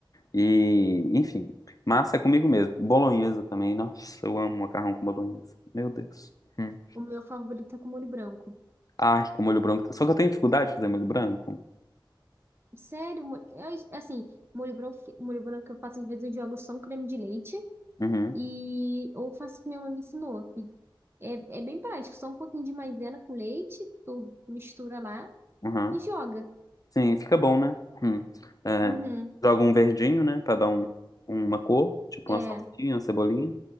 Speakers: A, on the left (about 45°); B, on the right (about 30°).
A: E, enfim, massa é comigo mesmo. Bolonhesa também. Nossa, eu amo macarrão com bolonhesa. Meu Deus. Hum.
B: O meu favorito é com molho branco.
A: Ai, com molho branco. Só que eu tenho dificuldade de fazer molho branco.
B: Sério, mo- é é assim, molho branco, que- molho branco que eu faço às vezes eu jogo só um creme de leite
A: Uhum,
B: e ou faço o que minha mãe me ensinou. que É, é bem prático, só um pouquinho de maisena com leite, tu mistura lá
A: uhum.
B: e joga.
A: Sim, fica bom, né? Hum. É,
B: Uhum.
A: joga um verdinho, né? Pra dar um, uma cor, tipo
B: É,
A: uma salsinha, uma cebolinha.